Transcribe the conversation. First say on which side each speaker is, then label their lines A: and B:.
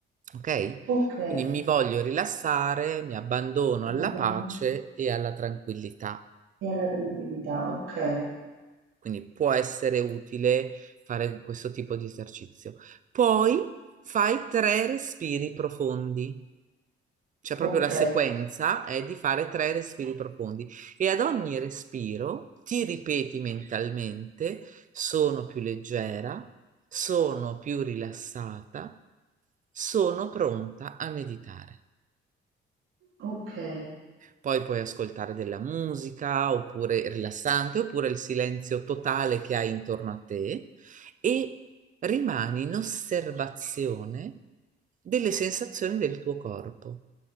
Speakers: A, on the right; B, on the right.
A: ok?
B: ok,
A: Quindi mi voglio rilassare, mi abbandono
B: una
A: alla pace
B: bella
A: e alla tranquillità.
B: alla tranquillità. Ok,
A: Quindi può essere utile fare questo tipo di esercizio. Poi fai tre respiri profondi. Cioè proprio
B: ok,
A: la sequenza è di fare tre respiri profondi e ad ogni respiro ti ripeti mentalmente, sono più leggera, sono più rilassata, sono pronta a meditare.
B: ok.
A: Poi puoi ascoltare della musica oppure rilassante oppure il silenzio totale che hai intorno a te e rimani in osservazione delle sensazioni del tuo corpo,